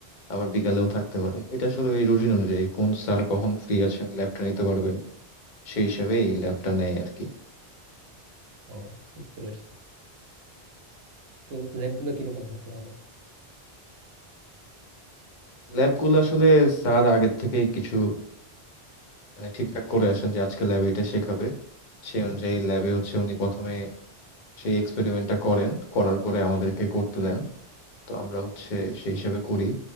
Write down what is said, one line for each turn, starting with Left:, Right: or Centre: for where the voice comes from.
Left: আবার বিকালেও
Right: ও
Left: থাকতে পারে এটা আসলে এই রুটিন অনুযায়ী কোন স্যার কখন ফ্রি আছেন ল্যাবটা নিতে পারবেন সেই হিসাবে এই ল্যাবটা নেয় আর কি
Right: ও বুঝতে পারছি তো ল্যাব গুলো কিরকম হয় তোমাদের
Left: ল্যাবগুলো আসলে স্যার আগে থেকেই কিছু মানে ঠিকঠাক করে আসেন যে আজকে ল্যাবে এটা শেখাবে সেই অনুযায়ী ল্যাবে হচ্ছে উনি প্রথমে সেই এক্সপেরিমেন্টটা করেন করার পরে আমাদেরকে করতে দেন তো আমরা হচ্ছে সেই হিসাবে করি